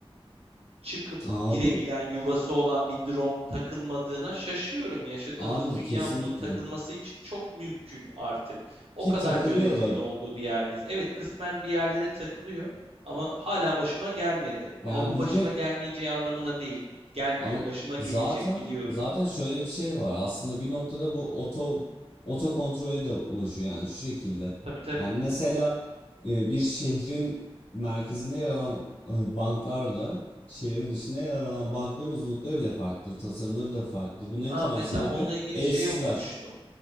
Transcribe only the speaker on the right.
çıkıp
girebilen, yuvası olan bir drone takılmadığına şaşıyorum. Yaşadığımız
dünya
bunun takılması için çok mümkün artık. O
kadar
gözetimin
olduğu bir yerdeyiz. Evet, kısmen bir yerlere takılıyor ama hala başıma gelmedi.
Ama bu
başıma
gelmeyeceği anlamına değil. Gelmiyor.
Başıma gelecek
biliyorum.
Tabii tabii.
Aa,
mesela
onunla ilgili
şey okumuştum.